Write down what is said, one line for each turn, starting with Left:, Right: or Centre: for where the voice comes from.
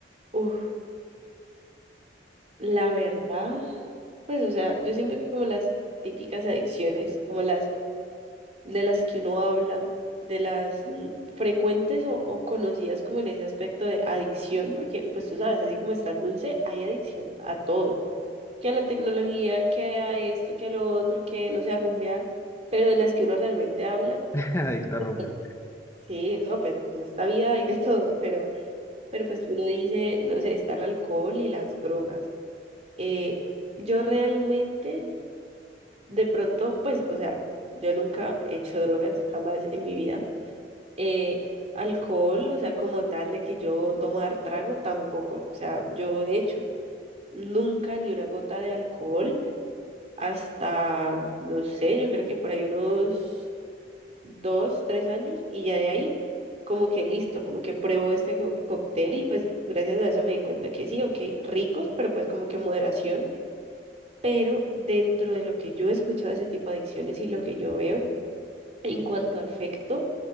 Right: Uf, la verdad, pues, o sea, yo siento que como las típicas adicciones, como las de las que uno habla, de las mm, frecuentes o, o conocidas como en ese aspecto de adicción, porque pues tú sabes, así como está el dulce, hay adicción a todo, que a la tecnología, que a esto, que a lo otro, que no sé, a rumbear, pero de las que uno realmente habla,
Left: <laughs> Adicto a
Right: pues,
Left: rumbear.
Right: sí, no, pues en esta vida hay de <laughs> todo, pero, pero pues uno dice, no sé, está el alcohol y las drogas. eh, yo realmente, de pronto, pues, o sea, yo nunca he hecho drogas, jamás en mi vida. Eh, alcohol, o sea, como tal de que yo tomar trago, tampoco. O sea, yo he hecho nunca ni una gota de alcohol hasta, no sé, yo creo que por ahí unos dos, tres años y ya de ahí. Como que listo, como que pruebo este co- cóctel y pues gracias a eso me di cuenta que sí, ok, ricos, pero pues como que moderación pero dentro de lo que yo he escuchado de ese tipo de adicciones y lo que yo veo en cuanto a afecto,